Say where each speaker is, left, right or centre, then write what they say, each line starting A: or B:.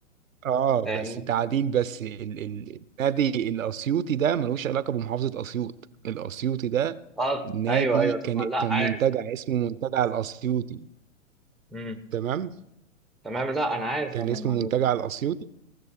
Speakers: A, on the right (about 80°); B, in the centre.
A: اه
B: فاهمني؟
A: بس تعديل بس ال ال النادي الأسيوطي ده ملوش علاقة بمحافظة أسيوط الأسيوطي ده
B: اه
A: نادي
B: أيوه أيوه طبعا
A: كان كان
B: لا عارف
A: منتجع اسمه منتجع الأسيوطي
B: مم.
A: تمام
B: تمام لا أنا عارف
A: كان
B: أنا
A: اسمه
B: المعلومة
A: منتجع
B: دي
A: الاسيوطي